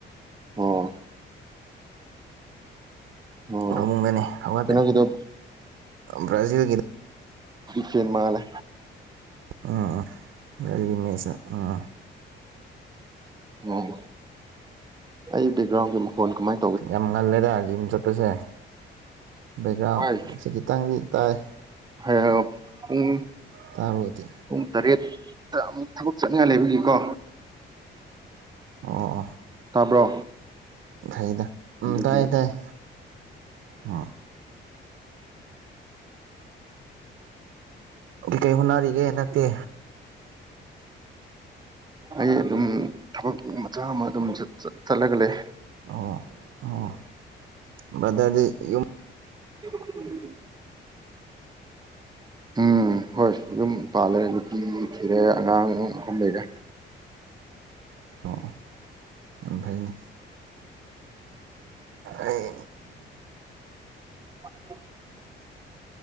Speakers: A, on the right (about 20°); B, on the right (about 75°).
A: ꯑꯣ
B: <inaudible>
A: ꯑꯣ
B: ꯐꯃꯨꯡꯗꯅꯦ ꯍꯧꯒꯠꯇꯔꯤ
A: ꯀꯩꯅꯣꯒꯤꯗꯣ
B: ꯕ꯭ꯔꯥꯖꯤꯜꯒꯤ
A: ꯁꯦꯜ ꯃꯥꯉꯜꯂꯦ
B: ꯎꯝ ꯎꯝ <unintelligible> ꯒꯤ ꯃꯦꯁ ꯎꯝ
A: ꯎꯝ ꯑꯩ ꯕꯦꯛꯒ꯭ꯔꯥꯎꯒꯤ ꯃꯈꯣꯟ ꯀꯃꯥꯏ
B: ꯌꯥꯝ ꯉꯜꯂꯦꯗ ꯖꯤꯝ ꯆꯠ ꯄꯁꯦ ꯕꯦꯛꯒ꯭ꯔꯥꯎꯟꯁꯦ
A: ꯍꯣꯏ
B: ꯈꯤꯇꯪꯗꯤ ꯇꯥꯏ
A: <unintelligible> ꯄꯨꯡ
B: ꯇꯥꯕꯕꯨꯗꯤ
A: ꯄꯨꯡ ꯇꯔꯦꯠꯇ ꯑꯃꯨꯛ ꯊꯕꯛ ꯆꯠꯅꯤꯡꯉꯥꯏ ꯂꯩꯕꯒꯤꯀꯣ
B: ꯑꯣ ꯑꯣ
A: ꯇꯥꯕ꯭ꯔꯣ
B: ꯐꯩꯗ ꯎꯝ
A: ꯑꯗꯨꯒꯤ
B: ꯇꯥꯏ ꯇꯥꯏ ꯎꯝ ꯀꯩ ꯀꯩ ꯍꯣꯠꯅꯔꯤꯒꯦ ꯅꯪꯗꯤ
A: ꯑꯩ ꯑꯗꯨꯝ ꯊꯕꯛ ꯃꯆꯥ ꯑꯃ ꯑꯗꯨꯝ ꯆꯠꯂꯒ ꯂꯩ
B: ꯑꯣ ꯑꯣ ꯕ꯭ꯔꯗꯔꯗꯤ ꯌꯨꯝ
A: <inaudible> ꯎꯝ ꯍꯣꯏ ꯌꯨꯝ ꯄꯥꯜꯂꯦ ꯅꯨꯄꯤ ꯊꯤꯔꯦ ꯑꯉꯥꯡ ꯑꯍꯨꯝ ꯂꯩꯔꯦ
B: ꯑꯣ ꯑꯣ ꯌꯥꯝ ꯐꯩꯅꯦ ꯑꯩ
A: <inaudible>